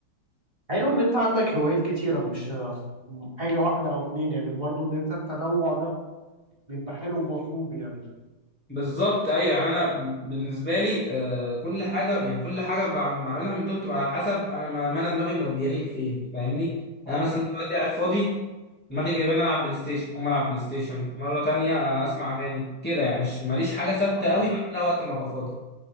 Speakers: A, on the right (about 15°); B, in the centre.
A: حلو ان انت عندك هوايات كتيره مش حاجه واحده او اتنين يعني برضو ان انت التنوع ده بيبقى حلو ومطلوب يعني
B: بالظبط ايوه يعني انا بالنسبه لي آه، كل حاجه يعني كل حاجه بعم- بعملها من دول بتبقى على حسب انا ما ما انا دماغي مودياني لفين فاهمني يعني
A: اه
B: انا مثلا دلوقتي قاعد فاضي دماغي جايباني العب بلاي ستيشن اقوم العب بلاي ستيشن مره تانية آه، اسمع اغاني كده يعني مش ماليش حاجه ثابته
A: اه
B: قوي بعملها وقت ما ابقى فاضي